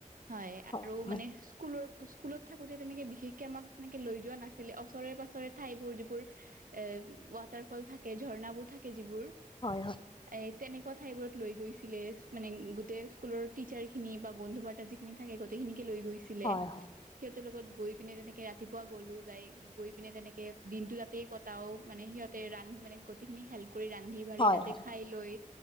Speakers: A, on the right; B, on the left.
A: হয়
B: হয়
A: আৰু মানে স্কুলৰ স্কুলত থাকোতে তেনেকে বিশেষকে আমাক তেনেকে লৈ যোৱা নাছিলে ওচৰে পাছৰে ঠাইবোৰ যিবোৰ এ গু- ৱাটাৰ ফল থাকে, ঝৰ্ণাবোৰ থাকে যিবোৰ
B: হয় হয়
A: এ তেনেকুৱা ঠাইবোৰত লৈ গৈছিলে মানে গোটেই স্কুলৰ টিচাৰ খিনি বা বন্ধু বান্ধৱ যি- খিনি থাকে গোটেই খিনেকে লৈ গৈছিলে
B: হয়
A: সিহঁতৰ লগত গৈ পিনে তেনেকে ৰাতি পুৱা গ'লো যাই গৈ পিনে তেনেকে দিনটো তাতেই কটাও মানে সিহঁতে ৰান্ধি মানে গোটেইখিনি হেল্প কৰি ৰান্ধি
B: হয়
A: বাঢ়ি তাতে
B: হয়
A: খাই লৈ